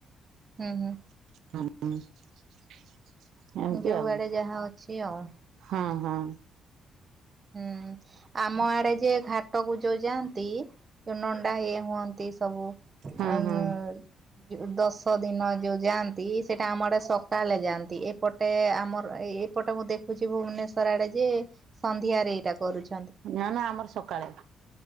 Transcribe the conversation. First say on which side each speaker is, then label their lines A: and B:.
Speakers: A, on the right; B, on the right.
A: ହୁଁ ହୁଁ।
B: <inaudible> ଏମିତି
A: ଯୋଉଆଡେ
B: ଆଉ
A: ଯାହା ଅଛି ଆଉ।
B: ହଁ ହଁ।
A: ହୁଁ ଆମ ଆଡେ ଯେ ଘାଟକୁ ଯୋଉ ଯାଆନ୍ତି ଯୋଉ ନଣ୍ଡା ହେଇ ହୁଅନ୍ତି ସବୁ
B: ହୁଁ
A: ଆଉଁ
B: ହୁଁ
A: ଦଶ ଦିନ ଯୋଉ ଯାଆନ୍ତି ସେଟା ଆମ ଆଡ଼େ ସକାଳେ ଯାଆନ୍ତି ଏ ପଟେ ଆମର ଏପଟେ ମୁଁ ଦେଖୁଛି ଭୁବନେଶ୍ଵର ଆଡେ ଯେ ସନ୍ଧ୍ୟାରେ ଏଇଟା କରୁଛି।
B: ନା ନା ଆମର ସକାଳେ।